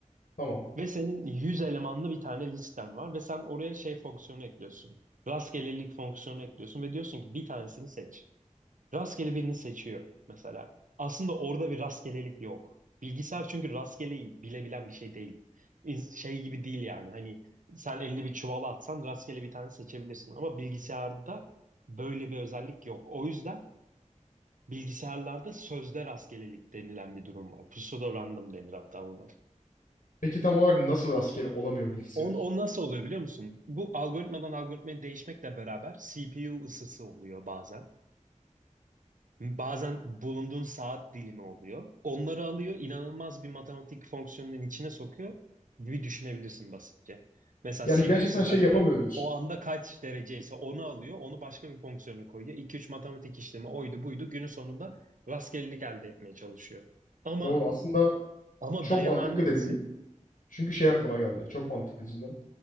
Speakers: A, on the left (about 80°); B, on the right (about 80°).
A: Tamam.
B: ve senin 100 elemanlı bir tane listen var ve sen oraya şey fonksiyonu ekliyorsun. Rastgelelik fonksiyonu ekliyorsun ve diyorsun ki bir tanesini seç. Rastgele birini seçiyor mesela. Aslında orada bir rastgelelik yok. Bilgisayar çünkü rastgeleyi bilebilen bir şey değil. İz- Şey gibi değil yani. Hani sen elini bir çuvala atsan rastgele bir tane seçebilirsin. Ama bilgisayarda böyle bir özellik yok. O yüzden bilgisayarlarda sözde rastgelelik denilen bir durum var. Pseudo random denir hatta buna.
A: Peki tam olarak nasıl rastgele olamıyor bilgisayar?
B: On, o nasıl oluyor biliyor musun? Bu algoritmadan algoritmaya değişmekle beraber CPU ısısı oluyor bazen. Bazen bulunduğun saat dilimi oluyor. Onları alıyor, inanılmaz bir matematik fonksiyonunun içine sokuyor gibi düşünebilirsin basitçe. Mesela
A: Yani
B: CPU
A: gerçekten
B: sıcaklığı
A: şey yapamıyor diyorsun.
B: o anda kaç dereceyse onu alıyor, onu başka bir fonksiyonu koyuyor. iki üç matematik işlemi oydu buydu günün sonunda rastgelelik elde etmeye çalışıyor. Ama
A: Doğru. Aslında
B: ama
A: Çok
B: dayanan
A: mantıklı
B: neresi?
A: dediğin. Çünkü şey aklıma geldi. Çok mantıklı cidden.